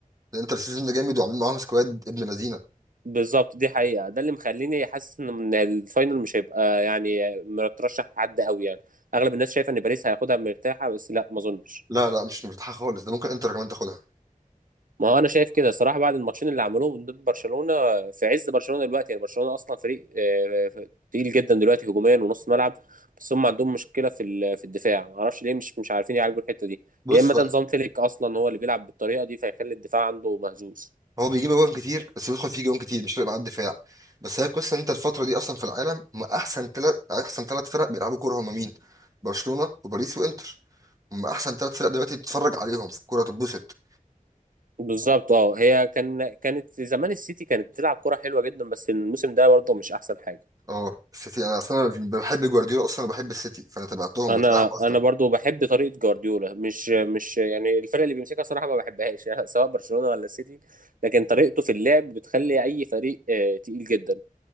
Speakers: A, on the right; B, on the right.
A: الانتر السيزون ده جامد وعاملين معاهم سكواد ابن لذينه
B: بالظبط دي حقيقة ده اللي مخليني حاسس ان من الفاينل مش هيبقى يعني مترشح لحد قوي يعني اغلب الناس شايفة ان باريس هياخدها مرتاحة بس لا ما اظنش
A: لا لا مش مرتاحه خالص ده ممكن انتر كمان تاخدها
B: ما هو انا شايف كده صراحه بعد الماتشين اللي عملوهم ضد برشلونه في عز برشلونه دلوقتي يعني برشلونه اصلا فريق آه، ف- تقيل جدا دلوقتي هجوميا ونص ملعب بس هم عندهم مشكله في ال- في الدفاع ما اعرفش ليه مش مش عارفين يعالجوا الحته دي
A: بص
B: يا اما ده
A: هو
B: نظام فليك اصلا هو اللي بيلعب بالطريقه دي فيخلي الدفاع عنده مهزوز
A: هو بيجيب جوان كتير بس بيدخل فيه جوان كتير مش فارق معاه الدفاع بس هي القصه ان انت الفتره دي اصلا في العالم هم احسن ثلاث احسن ثلاث فرق بيلعبوا كوره هم مين برشلونه وباريس وانتر هم احسن ثلاث فرق دلوقتي تتفرج عليهم في الكوره تتبسط
B: بالظبط اه هي كان كانت زمان السيتي كانت بتلعب كره حلوه جدا بس الموسم ده برضه مش احسن حاجه
A: اه السيتي انا اصلا بحب جوارديولا اصلا بحب السيتي فانا تبعتهم
B: انا
A: متابعهم اصلا
B: انا برضو بحب طريقه جوارديولا مش مش يعني الفرق اللي بيمسكها صراحه ما بحبهاش يعني سواء برشلونه ولا السيتي لكن طريقته في اللعب بتخلي اي فريق آه، تقيل جدا